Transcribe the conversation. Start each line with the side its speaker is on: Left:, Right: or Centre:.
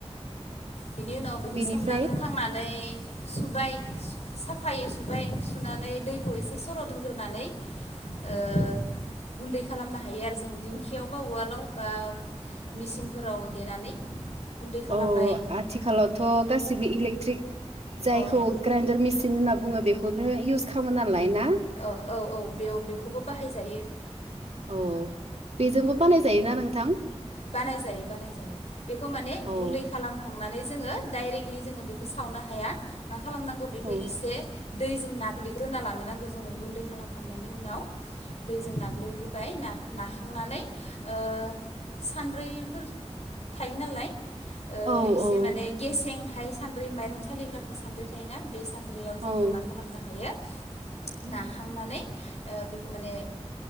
Left: बिनि उनाव बेखौ
Right: बेनिफ्राय
Left: सोमना दोनखांनानै सुबाय साफायै सुबाय सुनानै दैखौ एसे सरद होग्रोनानै ओ गुन्दै खालामनो हायो आरो जों दिंखियाव बा उवालाव बा मेचिनफोराव देनानै गुन्दै खालामबाय
Right: औ आथिखालावथ' गासिबो इलेकट्रिक जायखौ
Left: अ
Right: ग्राइडार मेसिन होन बुङो बेखौनो इउस खालामो नालाय ना?
Left: औ औ औ बेयाव बेखौबो बाहायजायो।
Right: अ बेजोंबो बानायजायोना नोंथां?
Left: बानाय जायो बानाय जायो बेखौ माने
Right: औ
Left: गुन्दै खालामखांनानै जोङो दाइरेगलि जोङो बेखौ सावनो हाया मा खालाम नांगौ बिखो
Right: औ
Left: इसे दैजों नाग्लिग्रोना लानो नांगौ जोंओ गुन्दै खालामखांनायनि उनाव दैजों नाग्लिगोरोबाइबाय नाखांनानै सान्द्रैफोर थायो नालाय
Right: औ
Left: इसे
Right: औ
Left: माने गेसें हाय सान्द्रि माइरं सालिग्राफोर सान्द्रि थायोना बे सान्द्रियाव
Right: औ
Left: जोङो मा खालामनो हायो नाखांनानै माने